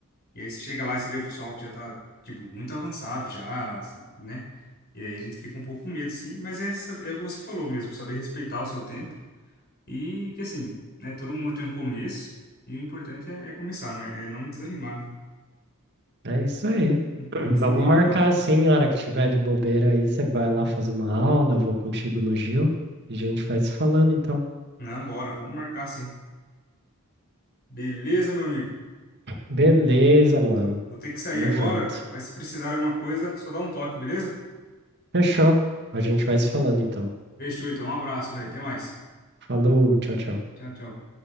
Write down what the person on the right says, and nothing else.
É isso aí.
<clears throat>
Vamos marcar assim, a hora que tiver de bobeira aí, você vai lá fazer uma aula, eu vou contigo no Gil e a gente vai se falando então.
Beleza, mano.
Tamo
junto.
Fechou. A gente vai se falando então.
Falou, tchau, tchau.